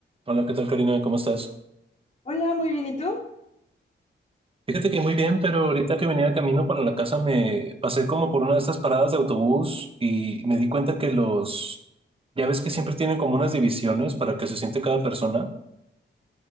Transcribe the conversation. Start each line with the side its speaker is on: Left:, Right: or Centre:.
Right: Hola, ¿qué tal, Karina? ¿Cómo estás?
Left: Hola, muy bien. ¿Y tú?
Right: Fíjate que muy bien, pero ahorita que venía de camino para la casa me pasé como por una de estas paradas de autobús y me di cuenta que los, ya ves que siempre tienen como unas divisiones para que se siente cada persona.